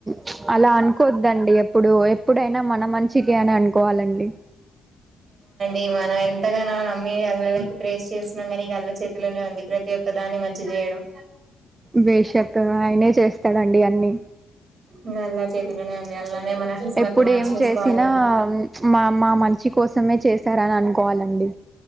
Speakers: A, on the right (about 25°); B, on the right (about 45°).
A: చ్చ్ అలా అన్కోద్దండి ఎప్పుడు, ఎప్పుడైనా మన మంచికె అని అన్. కోవాలండి.
B: ఏ మనం ఎంతగానో నమ్మి అల్లలకి ప్రేస్ చేస్. నంగానీగల్లా చేతిలోనే ఉంది. ప్రతి ఒక్క దాన్ని మంచి జేయడం.
A: బేషకగా ఆయనే చేస్తాడండి అన్ని.
B: ఇగ అల్లా చేతిలోనే ఉంది అల్లానే మన కిస్మత్
A: ఎప్పుడు
B: ని మార్చేసుకోవాలి
A: ఏం చేసినా
B: ఇగ
A: ప్చ్ మా మా మన్. ఛి కోసమే చేశారననుకోవాలండి.